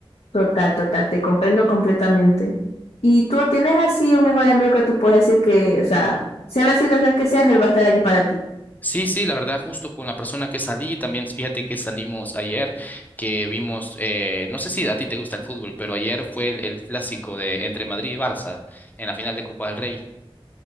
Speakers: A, on the left; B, on the left.
A: Total, total, te comprendo completamente. Y tú tienes así un mejor amigo que tú puedes decir que, o sea, sea la situación que sea, él va a estar allí para ti.
B: Sí, sí, la verdad, justo con la persona que salí, también fíjate que salimos ayer, que vimos, eh, no sé si a ti te gusta el fútbol, pero ayer fue el, el clásico de entre Madrid y Barça en la final de Copa del Rey.